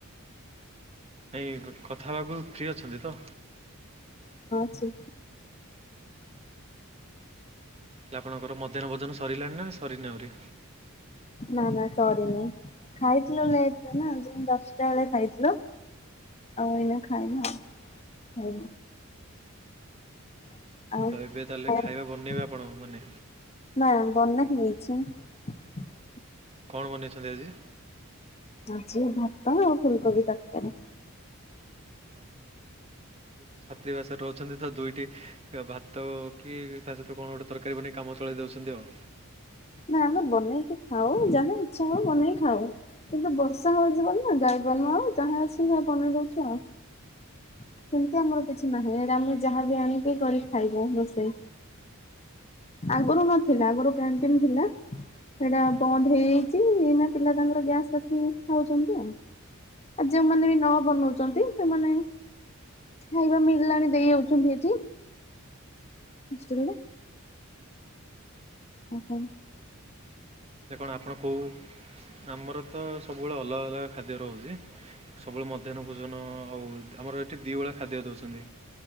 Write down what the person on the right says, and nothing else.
ଏଇଁ କଥା ହବାକୁ ଫ୍ରି ଅଛନ୍ତି ତ?
ହେଲେ ଆପଣଙ୍କର ମଧ୍ୟାହ୍ନ ଭୋଜନ ସରିଲାଣି ନା ସରିନି ଆହୁରି।
ତ ଏବେ ତାହେଲେ ଖାଇବା ବନେଇବେ ଆପଣ ମାନେ
କଣ ବନେଇଚନ୍ତି ଆଜି?
ଓହୋ ଯ ଛାତ୍ରୀ ବାସରେ ରହୁଚନ୍ତି ତ ଦୁଇଟି ଭାତ କି ତା ସହିତ କଣ ଗୋଟେ ତରକାରୀ ବନେଇକି କାମ ଚଳେଇ ଦଉଚନ୍ତି ଆଉ।
<inaudible>
ଯେ କଣ ଆପଣ କହୁ ଆମର ତ ସବୁବେଳେ ଅଲଗା ଅଲଗା ଖାଦ୍ୟ ରହୁଚି। ସବୁବେଳେ ମଧ୍ୟାହ୍ନ ଭୋଜନ ଆଉ ଆମର ଏଠି ଦୁଇ ଭଳିଆ ଖାଦ୍ୟ ଦଉଚନ୍ତି।